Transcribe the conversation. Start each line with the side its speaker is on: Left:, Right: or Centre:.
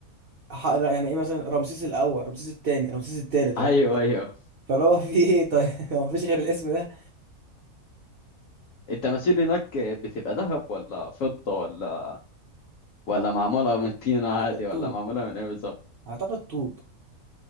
Right: ح- يعني ايه مثلا رمسيس الاول رمسيس الثاني رمسيس الثالث
Left: أيوه
Right: رمسيس
Left: أيوه
Right: فاللي هو في ايه طيب <laughs> هو مفيش غير الاسم ده
Left: التماثيل هناك بتبقى ذهب ولا فضة ولا ولا
Right: اعتقد
Left: معمولة من الطينة
Right: اعتقد
Left: عادي
Right: طوب
Left: ولا معمولة من ايه بالظبط
Right: اعتقد طوب